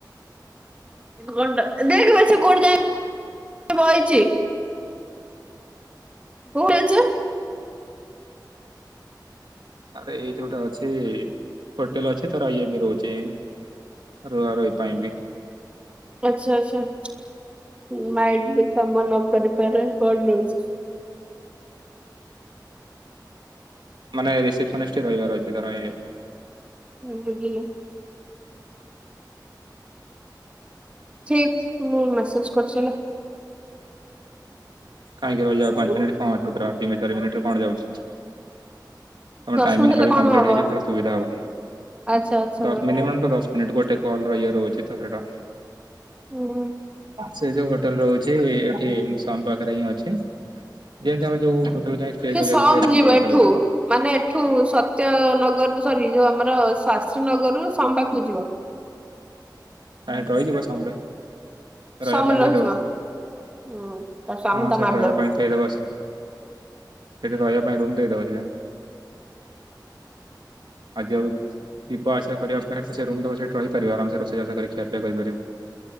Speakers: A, on the right; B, on the right.
A: ଘଣ୍ଟା ଦେଖ ବ ସେ କୋଉଠି ଯାଏଛି <unintelligible> ବଛ <unintelligible>
B: ଆରେ ଏଇ ଯୋଉଟା ଅଛି ହୋଟେଲ ଅଛି ତାର ଇଏ ବି ରହୁଛି ରୁହା ରୁହି ପାଇଁ ବି
A: ଆଚ୍ଛା ଆଚ୍ଛା। <unintelligible> ତମ ନ କରିପାରେ ଗଡ୍ନ୍ୟୁଜ୍
B: ମାନେ ରିସେପସନିଷ୍ଟ ରହିବାର ଅଛି। <unintelligible>
A: <unintelligible> ଠିକ ମୁଁ ମେସେଜ କରୁଚି ହେଲା
B: କାହିଁକି ରହିଲେ ଆଉ ପାଞ୍ଚ ମିନିଟ୍ କଣ ଅଛି ଦି ଚାରି ମିନିଟରେ କଣ ଯାଉଛି। ତମ
A: ଦଶ
B: ଟାଇମିଂ
A: ମିନିଟ ହେଲେ
B: ର
A: କଣ
B: କଂପ୍ଲିଟ୍
A: ହବ
B: ହେଇଯିବ ସେଟା ସୁବିଧା ହବ।
A: ଆଚ୍ଛା ଆଚ୍ଛା
B: ଦଶ
A: ଗୋଟେ
B: ମିନିମମ୍ ତ ଦଶ ମିନିଟ ଗୋଟେ କଲର ଇଏ ରହୁଛି ତ ସେଇଟା
A: ହୁଁ ହୁଁ ।
B: ସେ ଯୋଉ ହୋଟେଲ ରହୁଛି ଏଠି ସମ୍ ପାଖରେ ହିଁ ଅଛି। ଯେମିତି ଆମେ ଯୋଉ ହୋଟେଲ ଯାଇ ଷ୍ଟେ
A: ସେ
B: କରିବା
A: ସମ
B: ଷ୍ଟେ ପାଇଁ
A: ଯିବ
B: ଯୋଉ ହୋଟେଲ
A: ଏଠୁ
B: ଗୁରା
A: ମାନେ ଏଠୁ ସତ୍ୟ ନଗର ସରି ଯୋଉ ଆମର ଶାସ୍ତ୍ରୀ ନଗରରୁୁ ସମ୍ ପାଖକୁ ଯିବ।
B: କାହିଁ ଏଠି ରହିଯିବା ସମରେ ରହିବା
A: ସମରେ
B: ପାଇଁ ଦେଇ
A: ରହିଯିବ
B: ଦବ।
A: ହୁଁ ତା ସ୍ୱାମୀ
B: ହଁ
A: ତା
B: ସେଠି
A: ମାରିଦବ
B: ରହିବା ପାଇଁ ଦେଇଦବ ସେ। ସେଠି ରହିବା ପାଇଁ ରୁମ୍ ଦେଇଦବ ସେ। ଆ ଯଉ ଯିବ ଆସିବା କରିବା ଅପେକ୍ଷା ସେ ରୁମ୍ ଦବ ସେଇଠି ରହିପାରିବ ଆରାମ ସେ ରୋଷେଇ ଭାତ କରିକି। ଖିଆ ପିଆ କରିପାରିବ।